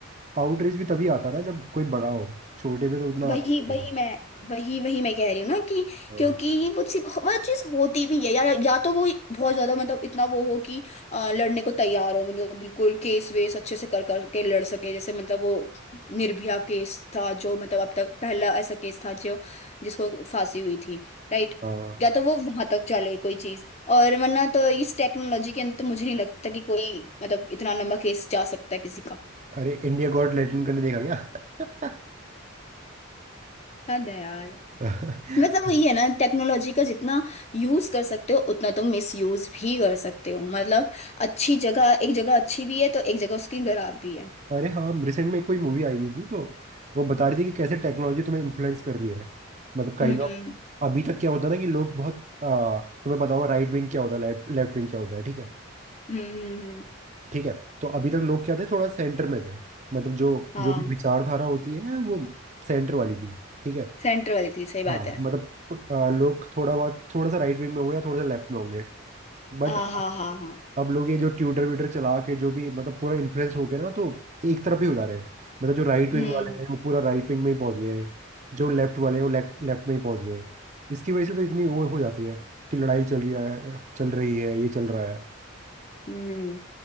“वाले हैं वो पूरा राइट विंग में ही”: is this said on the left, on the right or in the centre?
Right